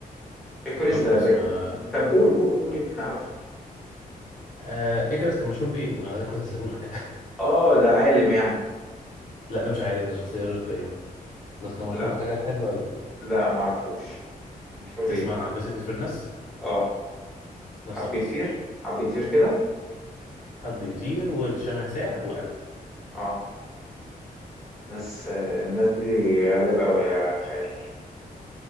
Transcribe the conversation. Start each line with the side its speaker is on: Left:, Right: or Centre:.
Centre: إكريس
Left: يبقى
Centre: ده
Left: خلاص
Centre: ده
Left: ما
Centre: طب قول قول قول يمكن أعرفه
Left: آه إكرس كان مشهور بإيه ما ده كنت هسألهولك
Centre: اه ده عالم يعني
Left: <laughs> لا ده مش عالم ده شخصية إغريقية بس كان مشهور
Centre: لا
Left: بحاجة حلوة أوي
Centre: لا ما أعرفوش مشهور
Left: تسمع
Centre: بإيه
Left: عن عباس بن فرناس
Centre: اه
Left: نفس
Centre: حبيتير
Left: القصة
Centre: حبيتير كده
Left: حب يطير والشمع ساح وقع
Centre: اه الناس الناس دي غريبة أوي يا خال